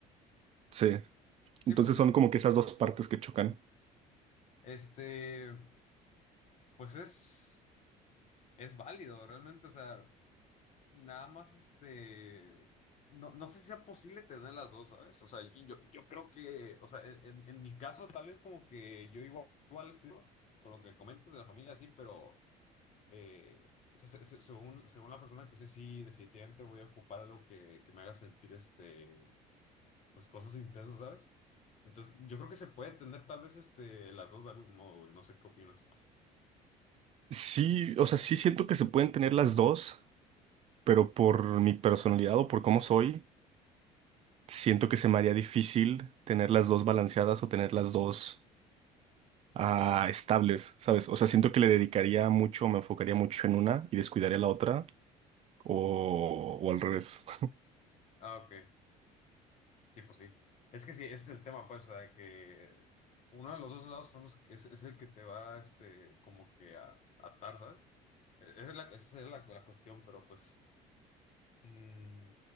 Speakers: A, on the right; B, on the left.
A: Sí.
B: Sí,
A: Entonces
B: pues,
A: son como que esas dos partes que chocan.
B: este, pues es, es válido, realmente, o sea, nada más, este, no, no sé si sea posible tener las dos, ¿sabes? O sea, y yo, yo creo que, o sea, en, en en mi caso, tal vez como que yo igual, igual estoy con lo que comentas de la familia, sí, pero... Eh, o sea, se- se- según, según la persona que soy, sí, definitivamente voy a ocupar algo que, que me haga sentir, este, pues cosas intensas, ¿sabes? Entonces, yo creo que se puede tener tal vez, este, las dos de algún modo, güey. No sé qué opinas.
A: Sí, o sea, sí siento que se pueden tener las dos, pero por mi personalidad o por cómo soy, siento que se me haría difícil tener las dos balanceadas o tener las dos ah, estables, ¿sabes? O sea, siento que le dedicaría mucho, me enfocaría mucho en una y descuidaría la otra, o, o al revés. <laughs>
B: Ah, ok. Sí, pues sí. Es que sí, ese es el tema, pues, o sea, que uno de los dos lados son los que es, es el que te va, este, como que a, a atar, ¿sabes? E- Esa es la, esa es la, la cuestión, pero pues, mm,